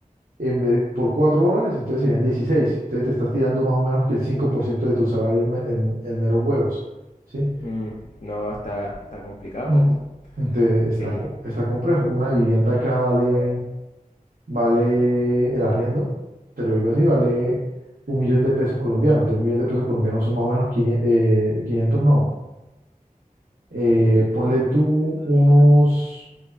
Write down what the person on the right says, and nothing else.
en vez- por 4 dólares, entonces serían dieciséis Entonces te estás tirando más o menos que el 5% de tu salario en, me- en- en meros huevos, ¿sí?
Ujú.
Entonces está,
co- está complejo. Una vivienda acá vale, vale el arriendo, te lo digo así, vale un millón de pesos colombianos. Entonces un millón de pesos colombianos son más o menos 500 eh, 500 no. Eh, ponle tú unos